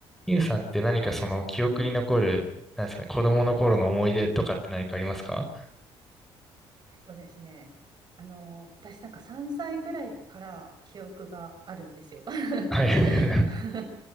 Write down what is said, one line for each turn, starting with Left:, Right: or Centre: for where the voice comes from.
Centre: ゆうさんって何かその記憶に残る、なんですかね、子供の頃の思い出とかって何かありますか
Right: えっとですね、あの、私なんか3歳ぐらいから記憶があるんですよ。<laughs>
Centre: <laughs> はい。<laughs>
Right: <laughs>